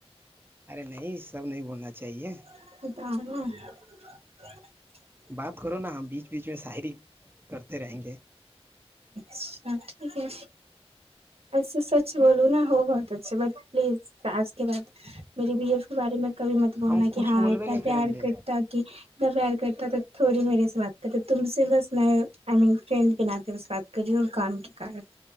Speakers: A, on the right; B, on the right.
A: ارے نہیں سب نہیں بولنا چاہیے
B: <unintelligible>
A: بات کرو نا ہم بیچ بیچ میں شاعری کرتے رہیں گے
B: اچھ ٹھیک ہے اچھا سچ بولوں نا ہو بہت اچھے بٹ پلیز اج کے بعد میری بی لایف کے بارے میں کبھی مت بولنا
A: ہم
B: کہ
A: کچھ
B: ہاں
A: بولوے
B: اتنا
A: نہیں
B: پیار
A: کریں گے
B: کرتا کہ اتنا پیار کرتا تھوڑی میرے سے بات کر تم سے بس میں آئی مین فرینڈ کے ناتے بس بات کر کریی اور کام کی کارن